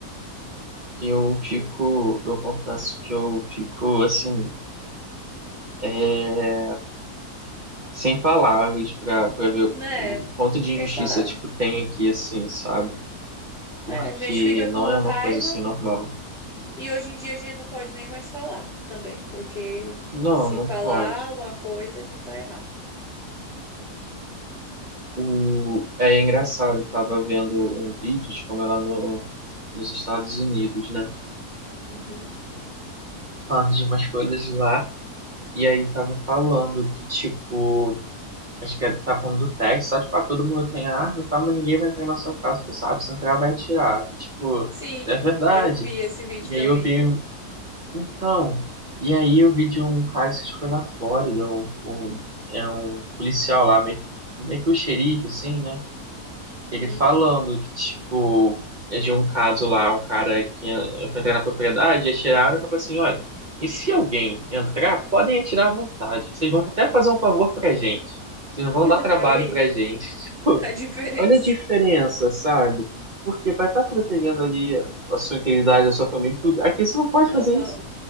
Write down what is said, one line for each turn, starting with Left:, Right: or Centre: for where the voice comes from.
Right: eu fico,
Centre: Hum.
Right: eu confesso que eu fico, assim, é, sem palavras pra, pra ver o,
Centre: Né?
Right: o quanto
Centre: Não
Right: de
Centre: tem
Right: injustiça,
Centre: palavras.
Right: tipo, tem aqui, assim, sabe? Porque
Centre: É, a gente fica
Right: não
Centre: com
Right: é
Centre: raiva
Right: uma coisa, assim, normal.
Centre: e hoje em dia a gente não pode nem mais falar também, porque
Right: Não,
Centre: se
Right: não
Centre: falar
Right: pode.
Centre: uma coisa, a gente tá errado.
Right: O, é engraçado, eu tava vendo um vídeo de como ela no, nos Estados Unidos, né?
Centre: Uhum.
Right: Falando de umas coisas de lá, e aí tava falando que, tipo, Acho que é, tá falando do Tex, só tipo, ah, todo mundo tem arma e tal, mas ninguém vai entrar na sua casa, porque sabe, se entrar vai atirar. E, Tipo,
Centre: Sim,
Right: é verdade.
Centre: eu vi esse vídeo
Right: E
Centre: também.
Right: aí eu vi, então, e aí eu vi de um cara que acho que foi na Flórida, um, um- é um policial lá, meio que, meio que o xerife, assim, né?
Centre: Uhum.
Right: Ele falando que, tipo, é de um caso lá, um cara que en- foi entrar na propriedade, e atiraram e falou assim, olha, e se alguém entrar, podem atirar à vontade. Vocês vão até fazer um favor pra gente. Vocês não vão
Centre: <laughs>
Right: dar trabalho
Centre: Olha aí
Right: pra gente. <laughs> Tipo,
Centre: a diferença.
Right: olha a diferença, sabe? Porque vai estar protegendo ali a sua integridade, a sua família, e tudo. Aqui você não pode
Centre: Aham.
Right: fazer isso.